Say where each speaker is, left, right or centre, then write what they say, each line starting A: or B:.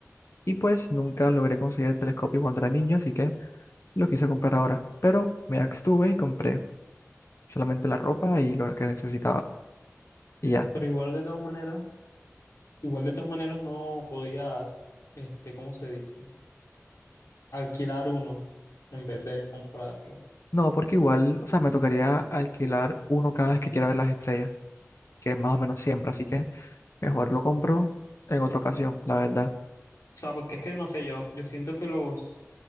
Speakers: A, on the left; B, on the left.
A: Y pues nunca logré conseguir el telescopio cuando era niño, así que lo quise comprar ahora. Pero me abstuve y compré solamente la ropa y lo que necesitaba. Y ya.
B: Pero igual de todas maneras, igual de todas maneras no podías, este, ¿cómo se dice? Alquilar uno en vez de comprarlo.
A: No, porque igual, o sea, me tocaría alquilar uno cada vez que quiera ver las estrellas, que es más o menos siempre, así que mejor lo compro en otra ocasión, la verdad.
B: O sea, porque es que no sé, yo, yo siento que los,